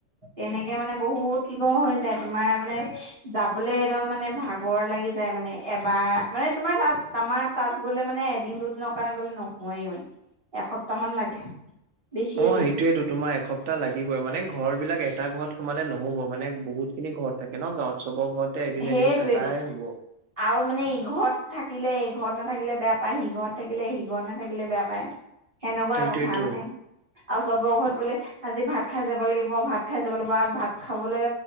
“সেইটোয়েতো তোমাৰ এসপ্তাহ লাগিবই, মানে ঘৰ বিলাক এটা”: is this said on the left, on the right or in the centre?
Right